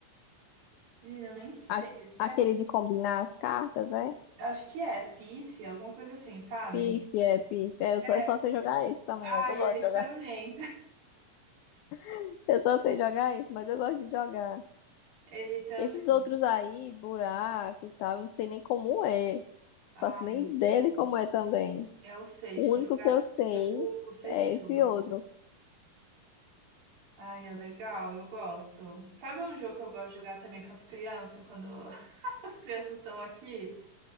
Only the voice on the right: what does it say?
Menina, eu nem sei.
Acho
que é,
acho que é pife, alguma coisa assim, sabe?
É.
Ai,
ele
também.
Ele também.
Ai,
eu sei,
se
jogar
truco, sei
tudo.
Ai, é legal, eu gosto. Sabe um jogo que eu gosto de jogar também com as crianças, quando <laughs> as crianças estão aqui?